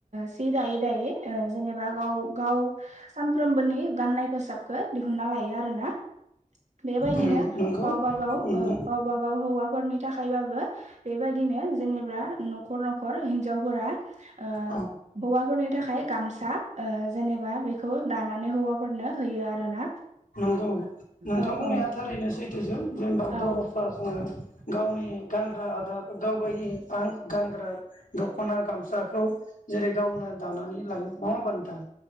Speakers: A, on the right; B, on the left.
A: सि दायै दायै ओ जेनेबा गाव। गाव सानफ्रोमबोनि गाननाय फोसाबखौ दिहुन्ना लायो आरो ना। बेबायदिनो
B: औ नंगौ
A: गावबा गाव
B: उम
A: औ गावबा गाव हौवाफोरनि थाखायबाबो। बेबायदिनो जेनेबा नखर नखर हिनजावफोरा। ओ-दौवाफोरनि
B: औ
A: थाखाय गामसा ओ-जेनेबा बे खौ दानानै हौवाफोरनो होयो आरोना।
B: नोंंगौ नोंथां
A: औ
B: बुंनाया
A: औ
B: थारैनो सैथोजों जेनेबा
A: औ
B: बरफ्रा जोङो गावनि। गानग्रा आदार गाव गायनि गानग्रा दखना गामसाखौ जेरै गावनो। दानानै लायो नंगा होना नोंथां